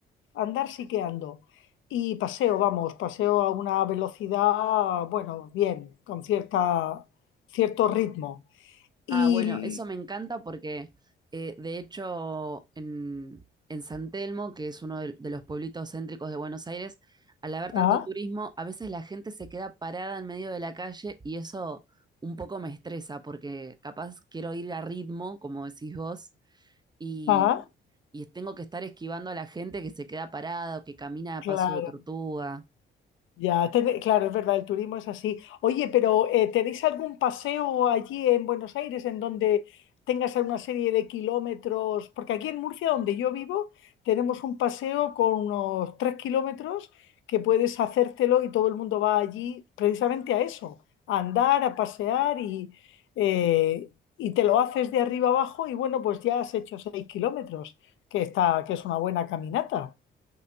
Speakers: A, on the left; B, on the right.
A: andar sí que ando. Y paseo, vamos, paseo a una velocidad, bueno, bien, con cierta, cierto ritmo. Y...
B: Ah, bueno, eso me encanta porque eh, de hecho en, en San Telmo, que es uno de, de los pueblitos céntricos de Buenos Aires, al haber tanto
A: Ah,
B: turismo, a veces la gente se queda parada en medio de la calle y eso un poco me estresa porque capaz quiero ir a ritmo, como decís vos, y,
A: ah,
B: y tengo que estar esquivando a la gente que se queda parada o que camina a
A: claro.
B: paso de tortuga.
A: Ya, tene- claro, es verdad, el turismo es así. Oye, pero eh, ¿tenéis algún paseo allí en Buenos Aires en donde tengas una serie de kilómetros? Porque aquí en Murcia, donde yo vivo, tenemos un paseo con unos tres kilómetros que puedes hacértelo y todo el mundo va allí precisamente a eso, a andar, a pasear y, eh, y te lo haces de arriba abajo y bueno, pues ya has hecho seis kilómetros, que está, que es una buena caminata.